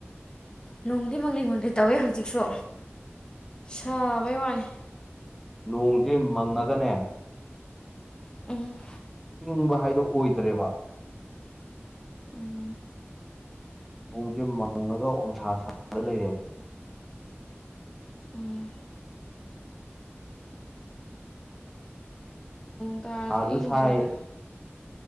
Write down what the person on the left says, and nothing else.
ꯅꯨꯡꯗꯤ ꯃꯪꯂꯤ ꯃꯪꯂꯤ ꯇꯧꯋꯦ ꯍꯧꯖꯤꯛꯁꯨ ꯁꯥꯕꯩ ꯋꯥꯅꯤ
ꯎꯝ
ꯎꯝ
ꯎꯝ ꯗꯔꯖꯨ
ꯏꯪꯗ꯭ꯔꯦꯗ